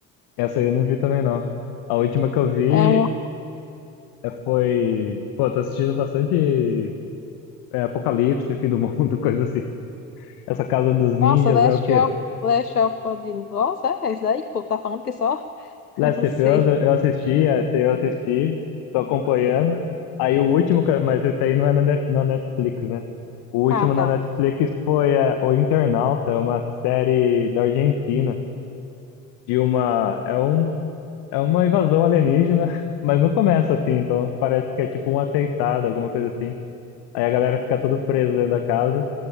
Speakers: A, on the left; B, on the left.
A: Essa aí eu não vi também não. A última que eu vi
B: É uma
A: é, foi. Pô, tô assistindo bastante é, Apocalipse, Fim do Mundo, <laughs> coisa assim. Essa Casa dos
B: Nossa,
A: Ninjas
B: Last
A: é o quê?
B: of, Last of the Nossa, é esse daí, pô, tá falando que é só? <laughs>
A: Last
B: Eu não sei.
A: of Us, eu eu assisti, essa eu assisti, tô acompanhando. Aí o último, que- mas esse aí não é na Net- na Netflix, né? O último
B: Ah,
A: na
B: tá.
A: Netflix foi é, O Internauta, é uma série da Argentina, de uma, é um, é uma invasão alienígena, <laughs> mas não começa assim, então parece que é tipo um atentado, alguma coisa assim. Aí a galera fica todo presa dentro da casa